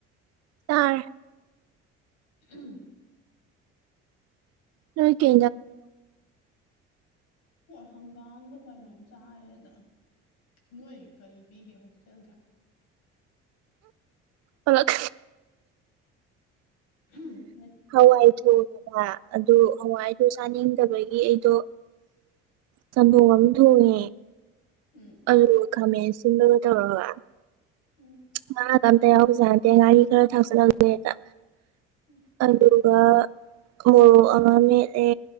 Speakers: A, on the right (about 60°); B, on the left (about 70°).
A: ꯇꯔꯦ
B: ꯎꯝ
A: ꯅꯣꯏ ꯀ
B: ꯍꯣꯏ ꯍꯪꯒꯥꯝꯒ ꯀꯩꯅꯣꯝ ꯆꯥꯔꯦꯗ ꯅꯣꯏ ꯀꯔꯤ ꯄꯤꯒꯦ ꯍꯣꯁꯇꯦꯜꯗ
A: ꯍꯂꯛ
B: ꯎꯝ
A: ꯍꯥꯋꯥꯏ ꯊꯣꯡꯉꯦꯕ ꯑꯗꯨ ꯍꯋꯥꯏꯗꯨ ꯆꯥꯅꯤꯡꯗꯕꯒꯤ ꯑꯩꯗꯣ ꯆꯝꯊꯣꯡ ꯑꯃ ꯊꯣꯡꯉꯦ
B: ꯎꯝ
A: ꯑꯂꯨꯒ ꯈꯥꯃꯦꯟ ꯑꯁꯤꯟꯕꯒ ꯇꯧꯔꯒ
B: ꯎꯝ
A: ꯉꯥꯒ ꯑꯝꯇ ꯌꯥꯎꯕꯖꯥꯗꯦ ꯉꯥꯔꯤ ꯈꯔ ꯊꯥꯛꯆꯜꯂꯛꯒꯦꯗ
B: ꯎꯝ
A: ꯑꯗꯨ ꯑꯗꯨꯒ ꯃꯣꯔꯣꯛ ꯑꯃ ꯃꯦꯠꯂꯦ